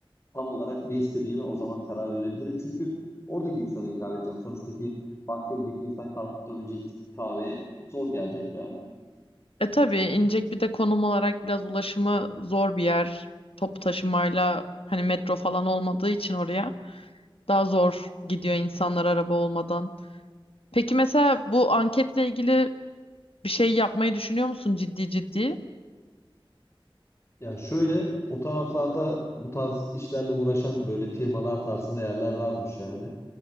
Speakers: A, on the left; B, on the left.
A: tam olarak ne istediğine o zaman karar verebilirim. Çünkü oradaki insana hitap edeceğim. Sonuçtaki Bahçeli'deki insan kalkıp da önceki kahveye zor gelecek yani.
B: E tabii İncek bir de konum olarak biraz ulaşımı zor bir yer. Top taşımayla hani metro falan olmadığı için oraya. Daha zor gidiyor insanlar araba olmadan. Peki mesela bu anketle ilgili bir şey yapmayı düşünüyor musun ciddi ciddi?
A: Ya şöyle o taraflarda bu tarz işlerle uğraşan böyle firmalar tarzında yerler varmış yani.